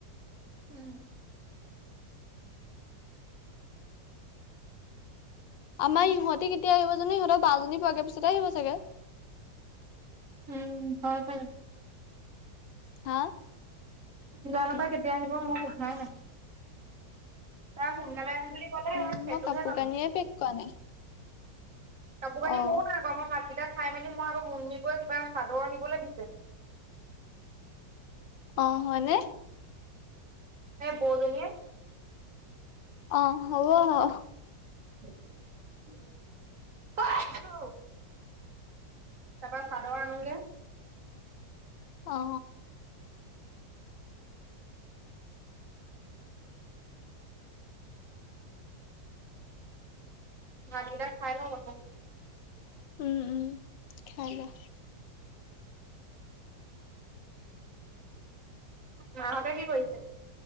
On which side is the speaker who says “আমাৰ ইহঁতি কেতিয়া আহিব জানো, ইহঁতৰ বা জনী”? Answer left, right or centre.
Left